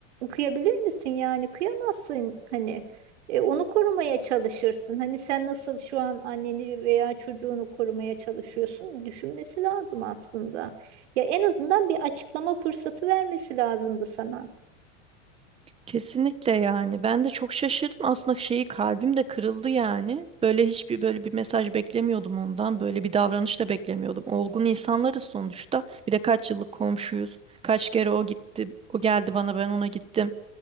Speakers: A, on the right; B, on the right.
A: kıyabilir misin yani kıyamazsın hani e, onu korumaya çalışırsın. Hani sen nasıl şu an anneni veya çocuğunu korumaya çalışıyorsun? Düşünmesi lazım aslında. Ya en azından bir açıklama fırsatı vermesi lazımdı sana.
B: Kesinlikle yani ben de çok şaşırdım aslında şeyi kalbim de kırıldı yani böyle hiçbir böyle bir mesaj beklemiyordum ondan böyle bir davranış da beklemiyordum olgun insanlarız sonuçta bir de kaç yıllık komşuyuz kaç kere o gitti o geldi bana ben ona gittim